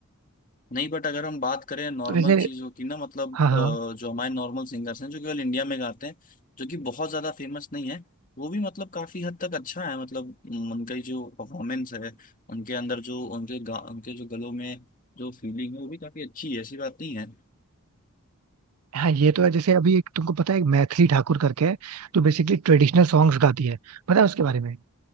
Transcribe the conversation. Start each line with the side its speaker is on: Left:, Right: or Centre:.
Left: नहीं बट अगर हम बात करें नॉर्मल
Right: तो वैसे
Left: चीज़ों की ना मतलब
Right: हाँ
Left: अ,
Right: हाँ
Left: जो हमारे नॉर्मल सिंगर्स हैं जो केवल इंडिया में गाते हैं जो कि बहुत ज़्यादा फेमस नहीं है वो भी मतलब काफ़ी हद तक अच्छा है मतलब उम, उनका ही जो परफॉर्मेंस है उनके अंदर जो उनके गा उनके जो गलों में जो फीलिंग है वो भी काफ़ी अच्छी है ऐसी बात नहीं है
Right: हाँ ये तो है जैसे अभी एक तुमको पता है एक मैथिली ठाकुर करके है जो बेसिकली ट्रेडिशनल सॉन्ग्स गाती है पता है उसके बारे में